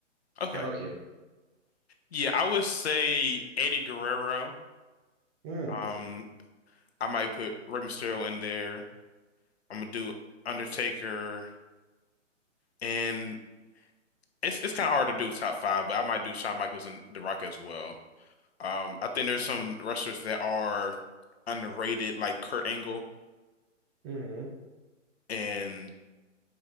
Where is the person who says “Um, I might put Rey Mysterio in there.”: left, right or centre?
Left